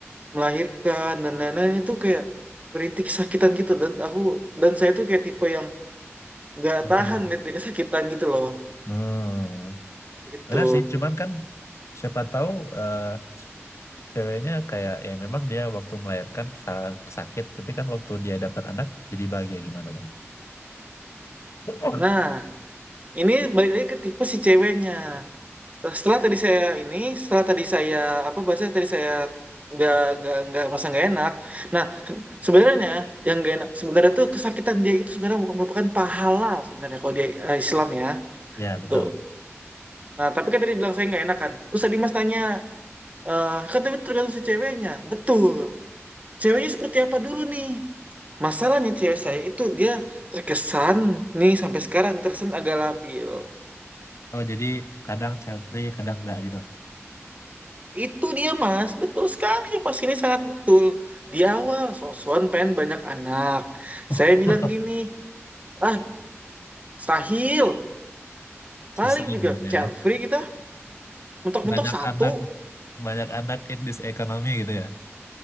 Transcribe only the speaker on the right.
melahirkan dan lain-lain itu kayak merintih kesakitan gitu dan aku dan saya tuh kayak tipe yang nggak
tahan
lihat dia kesakitan gitu loh
gitu
nah
ini balik lagi ke tipe si ceweknya setelah, setelah tadi saya ini setelah tadi saya apa bahasanya tadi saya nggak nggak nggak merasa nggak enak nah sebenarnya yang nggak enak sebenarnya tuh kesakitan dia itu sebenarnya merupakan pahala sebenarnya kalau dia eh, Islam ya
itu
nah tapi kan tadi bilang saya nggak enak kan terus tadi mas tanya eh kan tapi tergantung si ceweknya betul ceweknya seperti apa dulu nih? Masalahnya cewek saya itu dia terkesan nih sampai sekarang terkesan agak labil.
Itu dia mas, betul sekali pas ini sangat betul. Di awal sosokan pengen banyak anak.
Saya bilang gini, ah stahil, paling
juga
child
free kita, mentok-mentok
satu.